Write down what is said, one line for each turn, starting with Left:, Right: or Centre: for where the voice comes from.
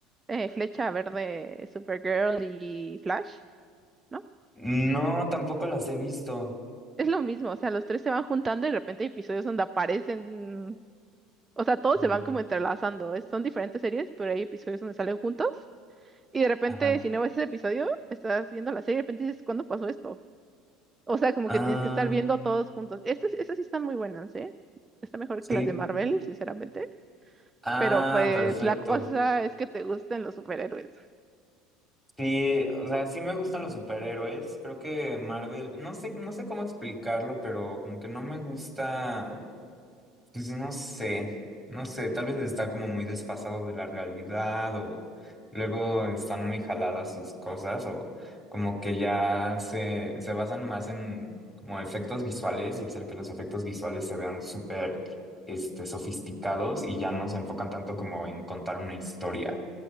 Right: Eh, Flecha Verde, Supergirl y Flash. ¿no?
Centre: No, tampoco las he visto.
Right: Es lo mismo, o sea, los tres se van juntando y de repente hay episodios donde aparecen O sea, todos
Centre: Ya.
Right: se van como entrelazando. es- son diferentes series, pero hay episodios donde salen juntos. Y de repente,
Centre: Ajá.
Right: si no ves ese episodio, estás viendo la serie y de repente dices, ¿cuándo pasó esto? O sea, como
Centre: Ah,
Right: que tienes que estar viendo todos juntos. Estas, estas sí están muy buenas, ¿eh? Está mejor
Centre: sí.
Right: que las de Marvel, sinceramente.
Centre: Ah,
Right: Pero pues
Centre: perfecto.
Right: la cosa es que te gusten los superhéroes.
Centre: Sí, o sea, sí me gustan los superhéroes. Creo que Marvel, no sé, no sé cómo explicarlo, pero como que no me gusta. Pues no sé, no sé, tal vez está como muy desfasado de la realidad o luego están muy jaladas sus cosas o como que ya se, se basan más en como efectos visuales y hacer que los efectos visuales se vean súper este, sofisticados y ya no se enfocan tanto como en contar una historia.